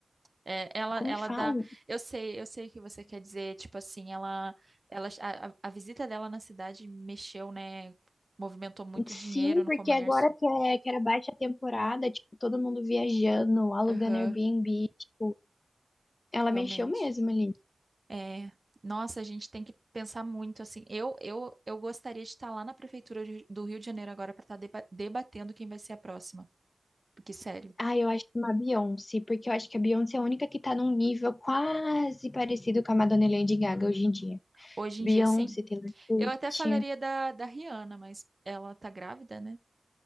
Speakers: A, on the right; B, on the left.
A: É, ela,
B: Como
A: ela
B: que fala?
A: dá. Eu sei, eu sei o que você quer dizer. Tipo assim, ela, ela, a, a a visita dela na cidade mexeu, né? Movimentou muito
B: Sim,
A: dinheiro no
B: porque
A: comércio.
B: agora que, é- que era baixa temporada, tipo, todo mundo viajando, alugando
A: Aham,
B: Airbnb. Tipo, ela
A: realmente.
B: mexeu mesmo ali.
A: É, nossa, a gente tem que pensar muito assim. Eu, eu, eu gostaria de estar lá na prefeitura de- do Rio de Janeiro agora para estar deba- debatendo quem vai ser a próxima. Porque, sério,
B: Ah, eu acho uma Beyoncé, porque eu acho que a Beyoncé é a única que tá num nível quase parecido com a Madonna e Lady Gaga hoje em dia.
A: hoje
B: Beyoncé,
A: em dia, sim.
B: Taylor Swift.
A: Eu até falaria da, da Rihanna, mas ela tá grávida, né?